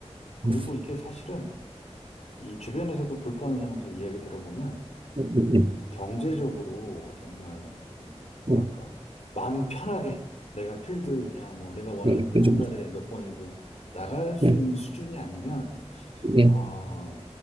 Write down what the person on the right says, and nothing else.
음,
음,
음,
음,
그치,
그치.
음,
음. 음.